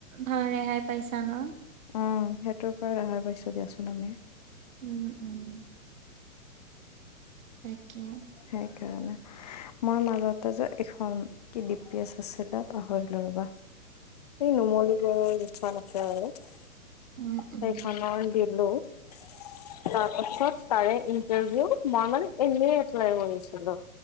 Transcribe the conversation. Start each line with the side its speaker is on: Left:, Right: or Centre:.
Right: ভাল ৰেহাই পাইছা ন?
Left: উম, সেইটোৰ পৰা ৰেহা পাইছো দিয়াচোন আমি।
Right: উম, উম। তাকে
Left: সেইকাৰণে। মই মাজতে যে এখন কি ডিপি এছ আছিলে, পাহৰিলো ৰ'বা। এই নুমলীড়ৰ যিখন আছে আৰু সেইখনৰ
Right: উম উম
Left: দিলোঁ। তাৰপাছত তাৰে ইন্টাৰভিউ মই মানে এনেই এপ্লাই কৰিছিলো